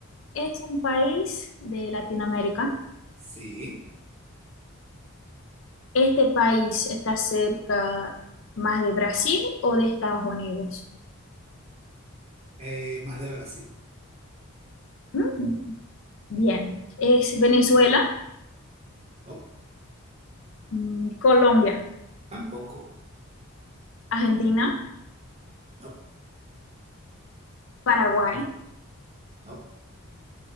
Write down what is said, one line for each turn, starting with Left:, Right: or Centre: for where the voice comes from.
Left: Es un país de Latinoamérica.
Right: Sí,
Left: ¿Este país está cerca más de Brasil o de Estados Unidos?
Right: eh, más de Brasil.
Left: Mm, bien, Es Venezuela,
Right: No,
Left: mm, Colombia,
Right: tampoco.
Left: Argentina.
Right: No,
Left: Paraguay.
Right: no.